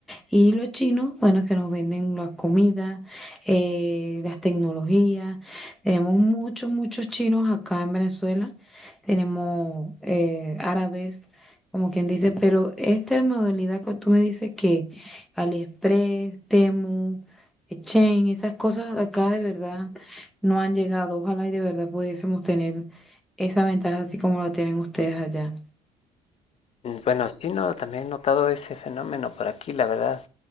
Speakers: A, in the centre; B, on the left.
A: Y los chinos, bueno, que nos venden las comidas, eh, las tecnologías. Tenemos muchos, muchos chinos acá en Venezuela. Tenemos eh, árabes, como quien dice, pero esta modalidad que tú me dices que AliExpress, Temu, Chain, esas cosas de acá de verdad no han llegado. Ojalá y de verdad pudiésemos tener esa ventaja así como la tienen ustedes allá.
B: bueno, sí, no, también he notado ese fenómeno por aquí, la verdad.